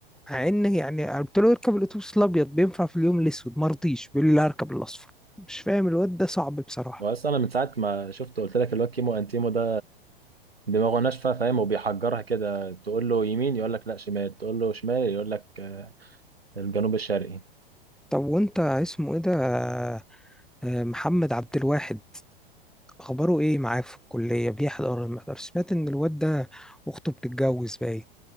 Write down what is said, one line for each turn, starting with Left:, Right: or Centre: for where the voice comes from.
Centre: مع ان يعني قلت له اركب الاتوبيس الابيض بينفع في اليوم الاسود ما رضيش بيقول لي لا اركب الاصفر مش فاهم الواد ده صعب بصراحه
Right: بس انا من ساعه ما شفت قلت لك الواد كيمو انتيمو ده دماغه ناشفه فاهم وبيحجرها كده تقول له يمين يقول لك لا شمال تقول له شمال يقول لك آه، الجنوب الشرقي
Centre: طب وانت اسمه ايه ده آه، محمد عبد الواحد اخباره ايه معاه في الكليه بيحضر ولا ما بيحضرش سمعت ان الواد ده اخته بتتجوز باين